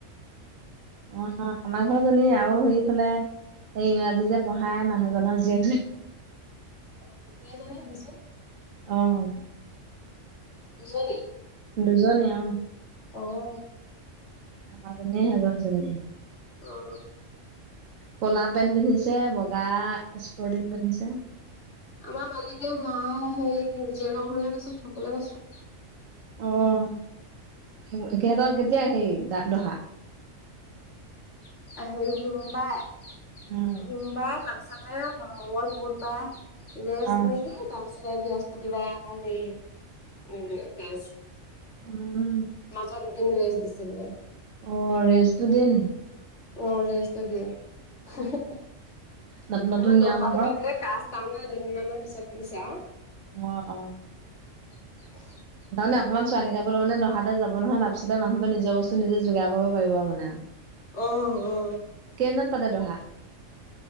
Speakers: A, on the right (about 85°); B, on the left (about 60°).
A: অ', আমাৰ ঘৰজনী আৰু সেইফালে সেই ইংৰাজী যে পঢ়াই মানুহজনক যি
B: অ', ক' জানে ভাবিচোন।
A: অ'।
B: দুজনী
A: দুজনী অ
B: অ'।
A: <unintelligible>
B: অ'।
A: ক'লা পেণ্ট পিন্ধিছে বগা স্পৰ্টিং পিন্ধিছে।
B: আমাৰ মালিকে মা সেই জীয়েকৰ ঘৰলে গৈছে থ'বলে পাছত
A: অ', সিহঁতৰ কেতিয়া হেৰি দ দহা?
B: <unintelligible>
A: উম,
B: সোমবাৰে তাৰ পিছতে মংগল বুধবাৰে ৰেষ্ট
A: অ
B: নেকি। তাৰপিছতে বৃহস্পতিবাৰে আকৌ হেৰি উম, কাজ।
A: উম,
B: মাজত দুদিন ৰেষ্ট দিছে বোলে।
A: অ', ৰেষ্টটো দিয়ে নেকি?
B: অ', ৰেষ্টটো দিয়ে, আমাৰ
A: নতুন নতুন নিয়ম
B: দহাটো
A: আকৌ
B: পাতিলে কাজ। তাৰমানে দুদিনমানৰ পিছত পাতিছে আউ।
A: অ', অ
B: <inaudible>
A: তাৰমানে অকণমান চোৱ নিকাবোৰ মানে দহাতে যাব নহয় তাৰপিছতে মানুহবোৰ নিজৰ বস্তু নিজে যোগাৰ কৰিব পাৰিব আও মানে
B: অ', অ
A: কেইদিনত পাতে দহা?